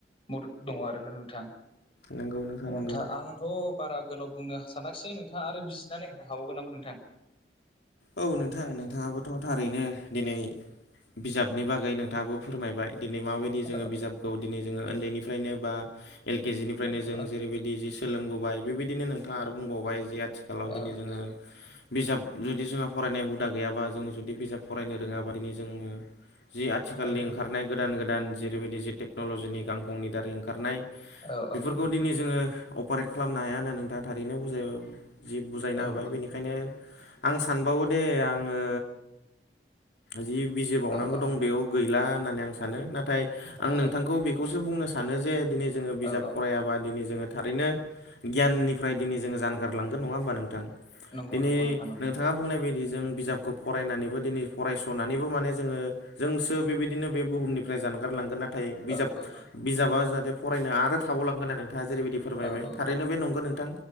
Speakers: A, on the left (about 30°); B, on the left (about 75°).
A: मदद दंङो आरोना नोंथां
B: नंगौ नोंथां
A: नोंथा
B: नंगौ।
A: आंथ' बारा गोलाव बुंनो सानाखिसै नोंथांङा आरो बिजिनानै होनो हाबावगोन नामा नोंथां।
B: औ नोंथां नोंथांङाबोथ' थारैनो दिनै बिजाबनि बागै नोंथांङाबो फोरमायबाय दिनै माबायदि
A: औ
B: बिजाब उन्दैनिफ्रायनो बा एल के जिनिफ्रायनो
A: औ
B: जों जेरैदि सोलोंबोबाय बेबायदिनो नोंथाङा आरो बुंबावबाय जे आथिखालाव
A: औ
B: दिनै जोंङो बिजाब जु जुदि जोंहा फरायनाय हुदा गैयाबा जोंङो जुदि बिजाब फरायनो रोंङाबा दिनो जोंङो जि आथिखालनि
A: औ
B: ओंखारनाय गोदान गोदान जेरैबायदि जि टेक्न'ल'जिनि गांखंनि दारै ओंखारनाय
A: औ औ औ
B: बेफोरखौ दिनै जोंङो अपारेट खालामनो हाया होनना नोंथांङा थारैनो बुजाय जि बुजायना
A: औ नोंथां
B: होबाय बेनिखायनो आं सानबावो दे आंङो जि बिजिर बावनांगौ
A: औ औ
B: दं
A: नोंथां
B: बेयाव गैला होननानै आं सानो नाथाय आं
A: औ
B: नोंथांखौ बेखौसो बुंनो सानो जे दिनै जोंङो बिजाब
A: औ औ
B: फरायाबा दिनै जोंङो थारैनो गियाननिफ्राय दिनै जोंङो जानगारलांगोन नंङा होमबा नोंथां
A: नंगौ
B: दिनै
A: नंगौ नोंथां नंगौ
B: मा बुंनाय बायदि जों बिजाबखौ फरायनानैबो दिनै फरायस'नानैबो माने जोंङो जोंसो बेबायदिनो बे बुहुमनिफ्राय जानगारलांगोन नाथाय बिजाब
A: औ औ
B: बिजाबा जाहाथे फरायनो आरो थाबावलांगोन होननानै नोंथांङा जेरैबायदि फोरमायबाय
A: औ
B: थारैनो
A: औ
B: बे नंगौ नोंथां।